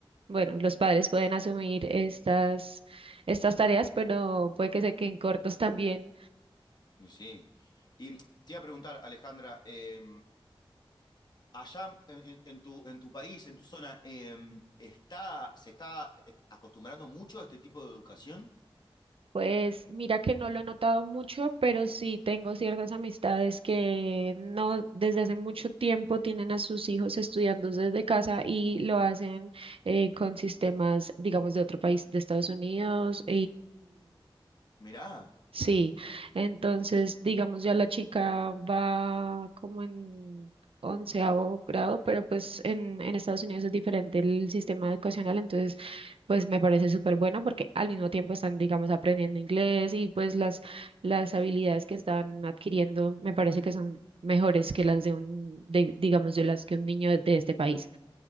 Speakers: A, on the right; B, on the left.
A: bueno, los padres pueden asumir estas, estas tareas, pero puede que se queden cortos también
B: Sí. Y te iba a preguntar, Alejandra, eh, allá en, en, tu, en tu país, en tu zona, eh, está, ¿se está eh, acostumbrando mucho a este tipo de educación?
A: Pues mira que no lo he notado mucho, pero sí tengo ciertas amistades que no desde hace mucho tiempo tienen a sus hijos estudiando desde casa y lo hacen eh, con sistemas, digamos, de otro país, de Estados Unidos
B: Mirá,
A: Sí, entonces digamos ya la chica va como en onceavo grado, pero pues en, en Estados Unidos es diferente el sistema educacional, entonces pues me parece súper bueno porque al mismo tiempo están digamos aprendiendo inglés y pues las, las habilidades que están adquiriendo me parece que son mejores que las de un, de, digamos de las que un niño de este país.